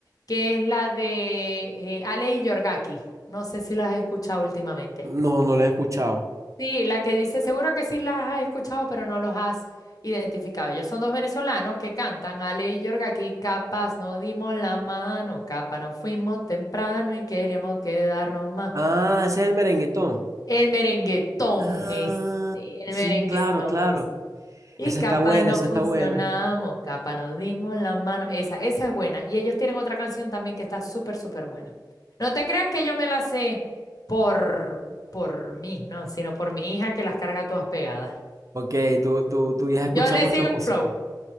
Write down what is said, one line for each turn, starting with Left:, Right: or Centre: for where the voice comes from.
Left: que es la de eh, Ale y Yorgaki. No sé si las has escuchado últimamente.
Right: No, no la he escuchado.
Left: Sí, la que dice, seguro que sí las has escuchado, pero no los has identificado. Ellos son dos venezolanos que cantan, Ale y Yorgaki, capaz no dimos la mano, capaz no fuimos temprano y queríamos quedarnos más.
Right: Ah, ese es el merenguetón.
Left: El merenguetón
Right: Ah,
Left: es, el
Right: sí,
Left: merenguetón
Right: claro, claro.
Left: es. Y
Right: Esa
Left: capa
Right: está buena,
Left: no
Right: esa
Left: funcionamos,
Right: está buena.
Left: capa no dimos la mano. Esa, esa es buena. Y ellos tienen otra canción también que está súper, súper buena. No te creas que yo me la sé por, por mí, no, sino por mi hija que las carga todas pegadas.
Right: Ok, tú, tú, tú ya escuchas
Left: Yo le
Right: mucha
Left: sigo
Right: música.
Left: el flow.